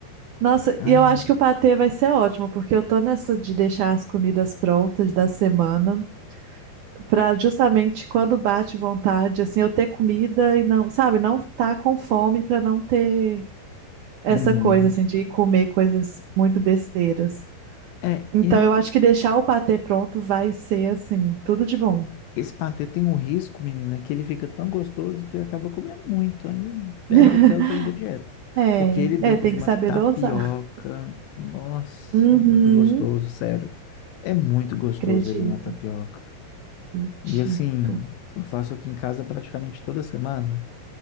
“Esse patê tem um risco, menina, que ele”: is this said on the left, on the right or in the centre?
Left